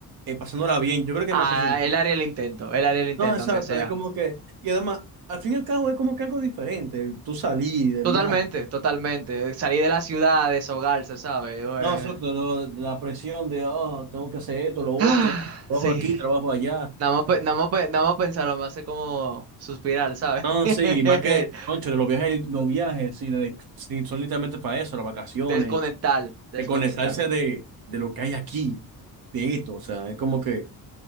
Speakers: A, on the right; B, on the right.
A: eh, pasándola bien, yo creo que
B: Ah,
A: más que suficiente.
B: él haría el intento, él haría el intento,
A: No, exacto,
B: aunque sea.
A: es como que, y además, al fin y al cabo es como que algo diferente, el tú salir de
B: Totalmente,
A: viaje.
B: totalmente. Salir de la ciudad, deshogarse, ¿sabes? Eh,
A: No, exacto, lo- de la presión de, oh, tengo que hacer esto, lo otro,
B: Ah,
A: trabajo
B: <sighs> sí.
A: aquí, trabajo allá.
B: Nada más, pe- nada más, pe- nada más pensarlo me hace como suspirar, ¿sabes?
A: No,
B: <laughs>
A: sí, y más que, concho, los viajes, los viajes, sí, de- sí, son literalmente para eso, las vacaciones,
B: Desconectar, desconectar.
A: de conectarse de, de lo que hay aquí, de esto, o sea, es como que,